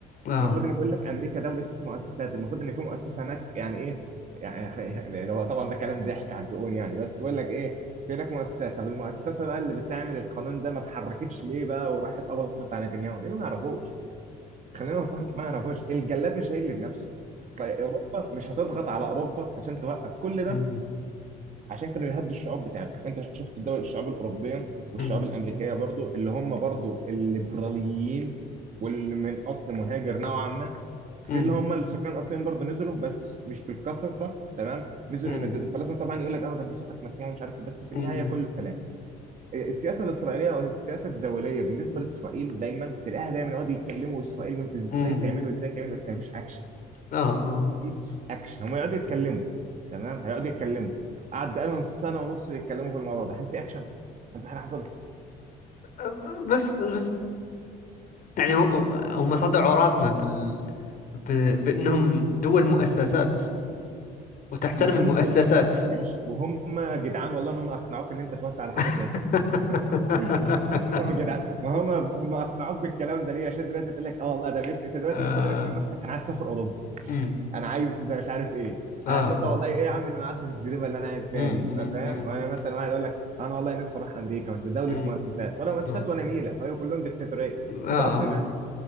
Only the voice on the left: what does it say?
اه
امم
امم
امم
امم
امم
امم
اه
اه بس بس يعني هو- هم صدعوا راسنا بال ب... بأنهم دول مؤسسات وتحترم
المؤسسات
<laughs>
آه
أمم،
آه
آه
أمم،
أمم،
أمم،
أمم،
آه
آه
آه،